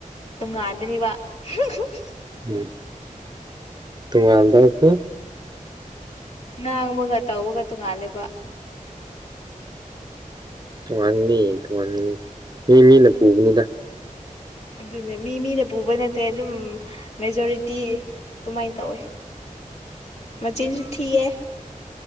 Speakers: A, on the left; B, on the right.
A: ꯅꯨꯡꯉꯥꯏꯕꯅꯦꯕ <unintelligible>
B: ꯎꯝ ꯇꯨꯡꯉꯥꯟꯕ
A: ꯑꯗꯨ
B: ꯀꯣ
A: ꯉꯥꯡꯕꯒ ꯇꯧꯕꯒ ꯇꯣꯡꯉꯥꯜꯂꯦꯕ
B: ꯇꯣꯉꯥꯟꯅꯤ ꯇꯣꯉꯥꯟꯅꯤ ꯃꯤ ꯃꯤꯅ ꯄꯨꯕꯅꯤꯗ
A: ꯑꯗꯨꯅꯦ ꯃꯤ ꯃꯤꯅ ꯄꯨꯕ ꯅꯠꯇꯦ ꯑꯗꯨꯝ ꯃꯦꯖꯣꯔꯤꯇꯤ ꯑꯗꯨꯃꯥꯏ ꯇꯧꯋꯦ ꯃꯆꯤꯟꯖꯨ ꯊꯤꯌꯦ